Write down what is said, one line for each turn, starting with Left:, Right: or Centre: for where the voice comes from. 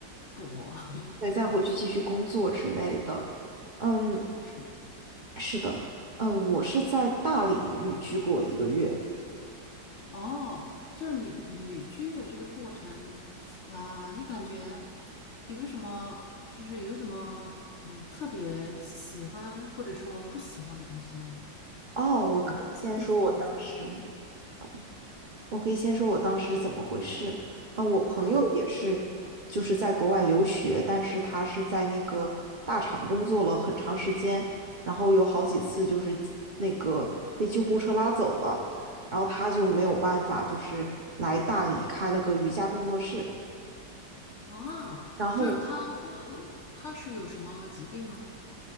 Left: 搏，<laughs>
Right: 对，再回去继续工作之类的。
Left: 这样子
Right: 嗯，
Left: 是
Right: 是的，呃，我是在大理旅居过一个月。
Left: 哦，就是你旅居的这个过程啊、你感觉有什么就是有什么嗯、呃特别喜欢或者说不喜欢的东西吗？
Right: 哦，我可以先说我当时，
Left: 就或者地方
Right: 好的，我可以先说我当时怎么回事。啊、我朋友也是，
Left: 啊，
Right: 就是在国外留学，但是他是在那个大厂工作了很长时间，然后有好几次就是那个被救护车拉走了，然后他就没有办法，就是来大理开了个瑜伽工作室。
Left: 哦，
Right: 然后
Left: 就是他问，呃他是有什么疾病吗？